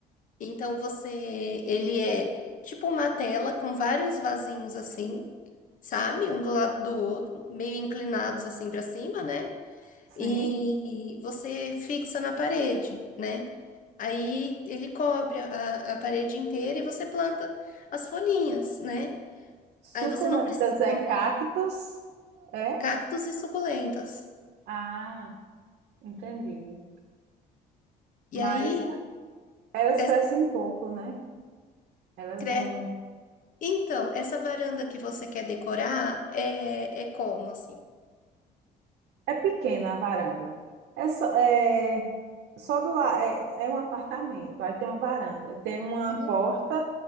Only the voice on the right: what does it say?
Sim.
Suculentas
é
cactos, é?
Ah, entendi.
Mas
elas
crescem pouco, né? Elas
não.
É pequena a varanda. É só, é- Só do lado, é, é um apartamento, aí tem uma varanda, tem uma
porta,